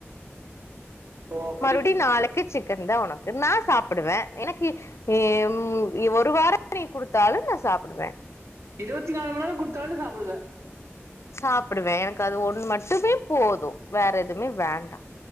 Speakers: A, on the right; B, on the left.
A: ஓ அப்படி
B: மறுபடியும் நாளைக்கு சிக்கன் தான் உனக்கு நான் சாப்டுவே எனக்கு ஹம் ஒரு வார நீ கொடுத்தாலும் நான் சாப்டுவேன்
A: இருவத்தி நாலு மணி நேரம் கொடுத்தாலும் நீ சாப்டுவ
B: சாப்டுவேன் க்கு அது ஒண்ணு மட்டுமே போதும் வேற எதுவுமே வேண்டாம்